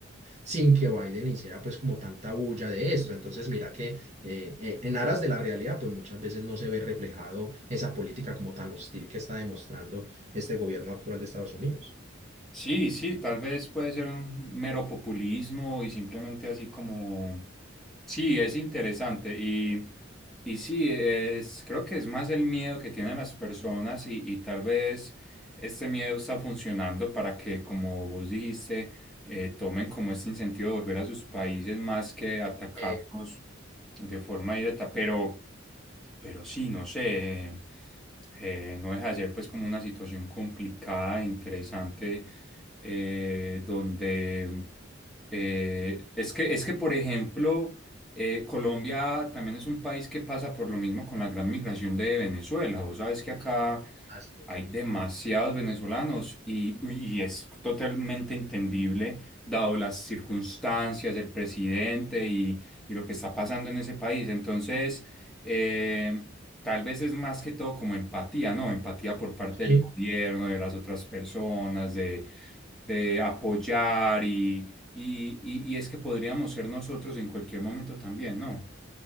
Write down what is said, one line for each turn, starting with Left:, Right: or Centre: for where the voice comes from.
Right: sin que Biden hiciera pues como tanta bulla de esto. Entonces mira que eh, eh, en aras de la realidad pues muchas veces no se ve reflejado esa política como tan hostil que está demostrando este gobierno actual de Estados Unidos.
Centre: Sí, sí, tal vez puede ser un mero populismo y simplemente así como, sí, es interesante y, y sí, es, creo que es más el miedo que tienen las personas y, y tal vez este miedo está funcionando para que, como vos dijiste, eh, tomen como este incentivo de volver a sus países más que atacarnos
Right: Eh,
Centre: de forma directa, pero... Pero sí, no sé, eh, eh, no deja de ser pues como una situación complicada, interesante, eh, donde eh, es que, es que, por ejemplo, eh, Colombia también es un país que pasa por lo mismo con la gran migración de Venezuela. Vos sabes que acá
Right: así es.
Centre: hay demasiados venezolanos y, y es totalmente entendible, dado las circunstancias, el presidente y, y lo que está pasando en ese país. Entonces... Eh, tal vez es más que todo como empatía, ¿no? Empatía por parte
Right: Sí.
Centre: del gobierno, de las otras personas, de, de apoyar y, y, y- y es que podríamos ser nosotros en cualquier momento también, ¿no?